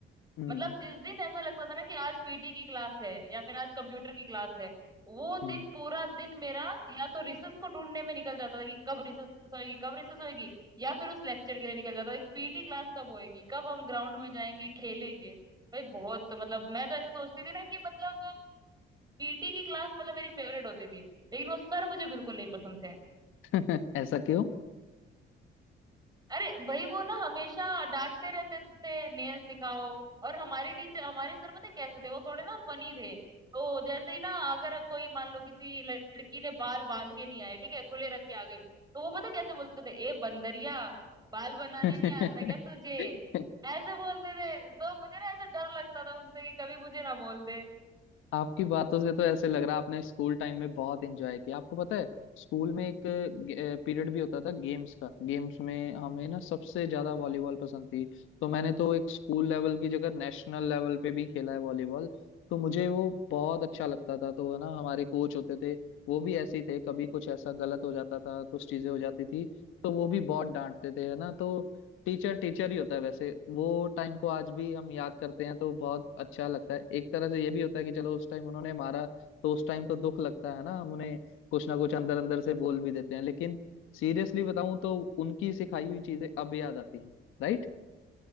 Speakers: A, on the left; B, on the right.
A: हम्म
B: मतलब जिस दिन ऐसा लगता था ना कि आज पीटी की क्लास है या फिर आज कंप्यूटर की क्लास है वो दिन
A: हम्म
B: पूरा दिन मेरा या तो रिसर्च को ढूंढने में निकल जाता था कि कब रिसर्च होएगी कब रिसर्च होएगी या फिर उस लेक्चर के लिए निकल जाता था कि पीटी क्लास कब होएगी कब हम ग्राउंड में जाएंगे खेलेंगे भाई बहुत मतलब मैं तो ऐसा सोचती थी ना कि मतलब पीटी की क्लास मतलब मेरी फेवरेट होती थी लेकिन वो सर मुझे बिल्कुल नहीं पसंद थे
A: <laughs> ऐसा क्यों
B: अरे भाई वो ना हमेशा डांटते रहते थे नेल्स दिखाओ और हमारे टीचर हमारे सर पता है कैसे थे वो थोड़े ना फनी थे तो जैसे ही ना अगर कोई मान लो किसी लड़की ने बाल बांध के नहीं आए ठीक है खुले रख के आ गई तो वो पता है कैसे बोलते थे ए बंदरिया बाल बनाने
A: <laughs>
B: नहीं आता क्या तुझे ऐसे बोलते थे तो मुझे ना ऐसे डर लगता था उनसे कि कभी मुझे ना बोल दे
A: आपकी बातों से तो ऐसे लग रहा है आपने स्कूल टाइम में बहुत एंजॉय किया आपको पता है स्कूल में एक पीरियड भी होता था गेम्स का गेम्स में हमें ना सबसे ज्यादा वॉलीबॉल पसंद थी तो मैंने तो एक स्कूल लेवल की जगह नेशनल लेवल पे भी खेला है वॉलीबॉल तो मुझे वो बहुत अच्छा लगता था तो है ना हमारे कोच होते थे वो भी ऐसे ही थे कभी कुछ ऐसा गलत हो जाता था कुछ चीजें हो जाती थी तो वो भी बहुत डांटते थे है ना तो टीचर टीचर ही होता है वैसे वो टाइम को आज भी हम याद करते हैं तो बहुत अच्छा लगता है एक तरह से ये भी होता है कि चलो उस टाइम उन्होंने मारा तो उस टाइम तो दुख लगता है ना हम उन्हें कुछ ना कुछ अंदर अंदर से बोल भी देते हैं लेकिन सीरियसली बताऊं तो उनकी सिखाई हुई चीजें अब याद आती हैं राइट